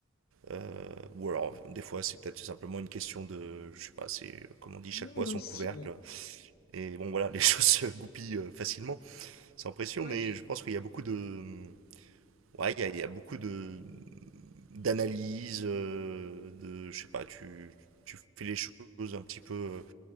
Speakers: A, on the right (about 80°); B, on the left (about 50°).
A: euh, ou alors des fois c'est peut-être simplement une question de, je sais pas, c'est euh, comme on dit, chaque
B: moi
A: poids son
B: aussi.
A: couvercle. Et bon, voilà, <laughs> les choses se goupillent euh, facilement, sans pression.
B: Ouais,
A: Mais je pense qu'il y a beaucoup de, ouais, il y a, il y a beaucoup de d'analyse, euh, de, je sais pas, tu tu fais les choses un petit peu. euh,